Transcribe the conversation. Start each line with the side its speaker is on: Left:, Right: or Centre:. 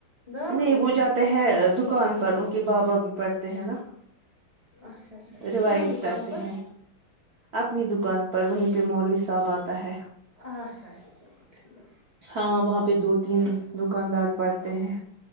Left: دارالعلوم
Right: نہیں وہ جاتے ہے دکان پر ان کے بابا بھی پڑ یہ ہے نا
Left: اچھا اچھا اچھا
Right: ریوائز
Left: کہاں دکان
Right: کرتے
Left: پر
Right: ہیں اپنی دکان پر وہیں پہ مولوی صاحب آتا ہے
Left: اچھا اچھا چلو ٹھیک ہے
Right: ہاں وہاں پہ دو تین دکاندار پڑھتے ہیں